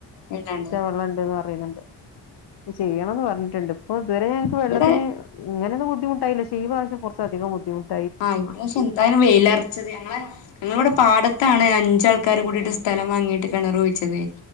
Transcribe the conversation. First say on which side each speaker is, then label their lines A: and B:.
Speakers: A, on the left (about 85°); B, on the left (about 65°).
A: വെള്ളണ്ടാവും.
B: ആ ണ്ട് പറീണ് ണ്ട്. ചെയ്യണംന്ന് പറഞ്ഞിട്ടുണ്ട്. ഇപ്പൊ ഇതുവരെ ഞങ്ങക്ക് വെള്ളത്തിന്.
A: ഇവിടെ
B: ഇങ്ങനെന്നും ബുദ്ധിമുട്ടായില്ല. പക്ഷെ ഈ പ്രാവശ്യം കുറച്ചധികം ബുദ്ധിമു -
A: ആഹ്. ഇപ്രാവശ്യം എന്തായന് വെയിലറച്ചത്. ഞങ്ങളെ- ഇവിടെ പാടത്താണ് അഞ്ചാൾക്കാര് കൂടിട്ട് സ്ഥലം വാങ്ങീട്ട് കെണർ കുഴിച്ചത്.